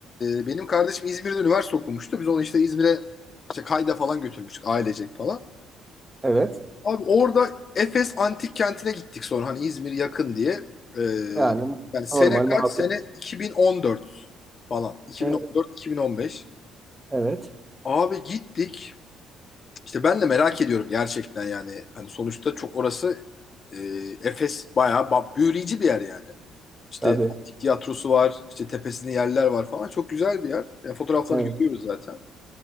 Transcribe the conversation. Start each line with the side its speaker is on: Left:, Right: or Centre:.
Left: e, benim kardeşim İzmir'de üniversite okumuştu. Biz onu işte İzmir'e işte kayda falan götürmüştük ailecek falan.
Right: Evet.
Left: Abi orada Efes Antik Kenti'ne gittik sonra hani İzmir yakın diye. E,
Right: Yani
Left: yani sene
Right: Normal
Left: kaç?
Right: makul.
Left: Sene 2014 falan. 2014-2015.
Right: Evet, evet.
Left: Abi gittik. İşte ben de merak ediyorum gerçekten yani. Hani sonuçta çok orası e, Efes bayağı ba- büyüleyici bir yer yani. İşte
Right: Tabii.
Left: antik tiyatrosu var, işte tepesinde yerler var falan. Çok güzel bir yer. Yani fotoğraflarını
Right: Evet,
Left: görüyoruz zaten.